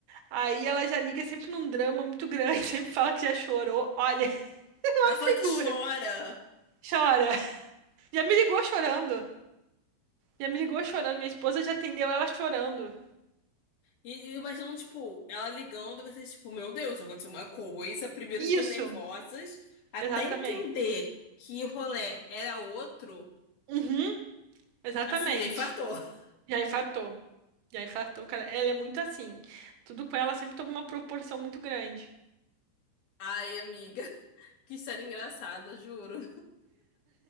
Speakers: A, on the right (about 80°); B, on the left (about 55°).
A: Aí ela já liga sempre num drama muito grande, <laughs> sempre fala que já chorou. Olha, <laughs> uma
B: Ela fala
A: figura.
B: que chora.
A: Chora. Já me ligou chorando. Já me ligou chorando. Minha esposa já atendeu ela chorando.
B: E, e imaginando, tipo, ela ligando, você, tipo, meu Deus, aconteceu uma coisa. Primeiro ficou
A: Isso,
B: nervosas, até
A: exatamente.
B: entender que o rolê era outro,
A: Uhum, exatamente.
B: assim, já infartou. <laughs>
A: Já infartou. Já infartou, cara. Ela é muito assim. Tudo com ela sempre toma uma proporção muito grande.
B: Ai, amiga, que história engraçada, juro.